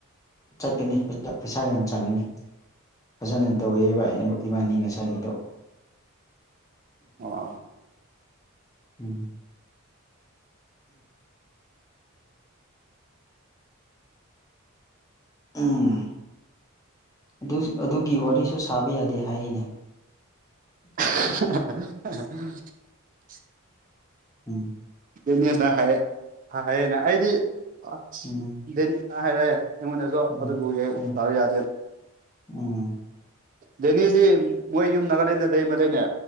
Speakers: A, on the left; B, on the right.
A: ꯆꯠꯀꯅꯤ ꯄꯩꯁꯥ ꯌꯥꯝ ꯆꯪꯉꯅꯤ ꯐꯖꯅ ꯇꯧꯋꯦꯕ ꯏꯕꯥꯟꯅꯤ ꯉꯁꯥꯏꯒꯤꯗꯣ
B: ꯑꯣ
A: ꯎꯝ ꯎꯝ ꯑꯗꯨ ꯑꯗꯨꯒꯤ ꯋꯥꯔꯤꯁꯨ ꯁꯥꯕ ꯌꯥꯗꯦ ꯍꯥꯏꯌꯦꯅꯦ
B: <unintelligible>
A: ꯎꯝ
B: ꯇꯦꯅꯤꯁꯅ ꯍꯥꯏꯌꯦ ꯍꯥꯏꯔꯛꯏꯅꯦ ꯑꯩꯗꯤ ꯑꯁ
A: ꯎꯝ
B: ꯗꯦꯅꯤ ꯑ ꯍꯥꯏꯔꯛꯑꯦ ꯑꯩꯉꯣꯟꯗꯁꯨ
A: ꯎꯝ
B: ꯑꯗꯨꯕꯨ
A: ꯎꯝ
B: ꯇꯥꯕ ꯌꯥꯗꯦ
A: ꯎꯝ
B: ꯗꯦꯅꯤꯁꯇꯤ ꯃꯣꯏ ꯌꯨꯝ ꯅꯔꯛ ꯂꯩꯅꯦ ꯂꯩ ꯂꯩꯅꯦ